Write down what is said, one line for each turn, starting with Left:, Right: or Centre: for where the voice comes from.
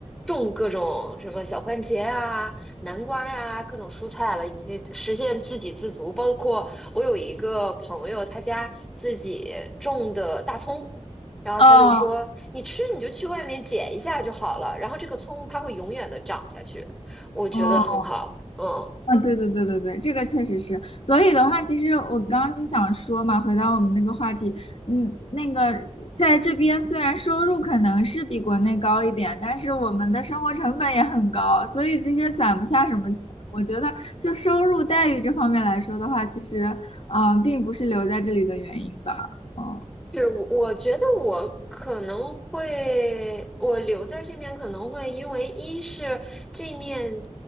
Centre: 种各种什么小番茄啊、南瓜呀、各种蔬菜了，以及实现自给自足。包括我有一个朋友，他家自己种的大葱，然后他就说：
Left: 哦
Centre: “你吃你就去外面捡一下就好了，然后这个葱它会永远的长下去。”我觉得很好，
Left: 哦，
Centre: 嗯。
Left: 啊，对对对对对，这个确实是。所以的话，其实我刚刚就想说嘛，回到我们那个话题，嗯，那个在这边虽然收入可能是比国内高一点，但是我们的生活成本也很高，所以其实攒不下什么钱。我觉得就收入待遇这方面来说的话，其实嗯、呃并不是留在这里的原因吧。哦，
Centre: 是，我我觉得我可能会，我留在这面可能会因为一是这面